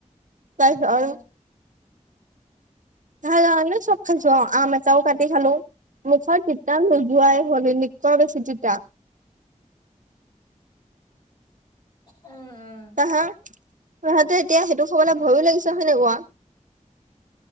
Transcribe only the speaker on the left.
উম উম
উম, উম।